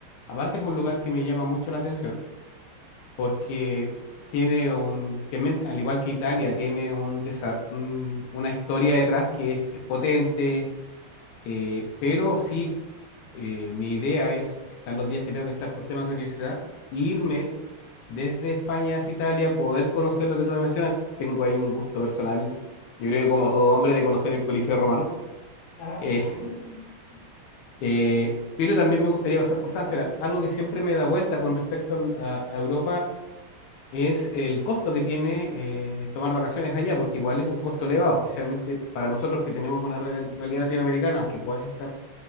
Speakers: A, on the left; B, on the left.
A: aparte es un lugar que me llama mucho la atención. porque tiene un, también, al igual que Italia, tiene un, desa- un- una historia detrás que es, es potente, eh, pero sí, eh, mi idea es estar los días que tengo que estar por temas de universidad, irme desde España hacia Italia, poder conocer lo que tú me mencionas. Tengo ahí un gusto personal, yo creo que como todo hombre, de conocer el Coliseo Romano.
B: Ah,
A: Eh,
B: sí. <laughs>
A: eh, pero también me gustaría pasar por Francia. Ahora, algo que siempre me da vuelta con respecto al- a, a Europa es el costo que tiene eh, tomar vacaciones allá, porque igual es un costo elevado, especialmente para nosotros que tenemos una real- realidad latinoamericana, aunque puedas estar,